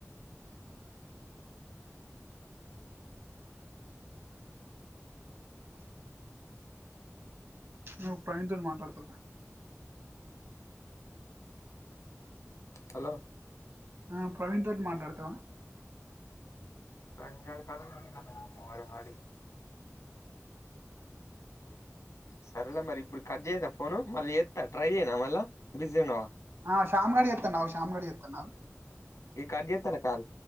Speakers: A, on the right; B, on the left.
A: నువ్ ప్రవీణ్ తోనీమాట్లాడుతున్నా
B: హలో
A: ఆ ప్రవీణ్ తోడి మాట్లాడతవా?
B: ప్రవీణ్ గాడు కాలు <unintelligible> వాడికి సరేలే మరి ఇప్పుడు కట్ చేయన్నా ఫోన్ మళ్ళీ ఎత్తా ట్రై చేయనా మళ్ళా బిజీ ఉన్నావా?
A: ఆ శామ్ గాడు ఎత్తండు ఆగు శ్యామ్ గడు ఎత్తండు అగు
B: ఈ కాట్ జెత్తన్నా కాల్